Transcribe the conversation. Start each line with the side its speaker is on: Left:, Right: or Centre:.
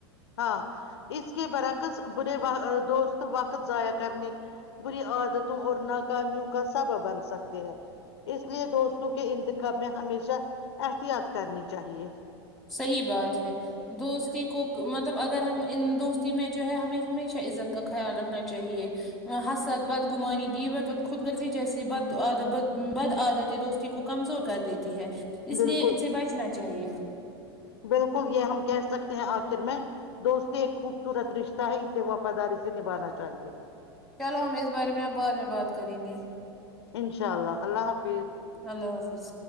Left: ہاں اس کے برعکس برے و دوست وقت ضائع کرنے بری عادتوں اور ناکامیوں کا سبب بن سکتے ہیں اس لیے دوستوں کے انتخاب میں ہمیشہ احتیاط کرنی چاہیے
Centre: صحیح بات ہے دوستی کو مطلب اگر ہم ان دوستی میں جو ہے ہمیں ہمیشہ عزت کا خیال رکھنا چاہیے حسد بد گمانی گیوت خود رزی جیسی بد ع بد عادتیں دوستی کو کمزور کر دیتی ہے اس
Left: بالکل
Centre: لیے ان سے بچنا چاہیے
Left: بالکل یہ ہم کہہ سکتے ہیں آخر میں دوستی ایک خوبصورت رشتہ ہے اسے وفاداری سے نبھانا چاہیے
Centre: چلو ہم اس بارے میں اب بعد میں بات کریں گے
Left: انشاء اللہ اللہ حافظ
Centre: اللہ حافظ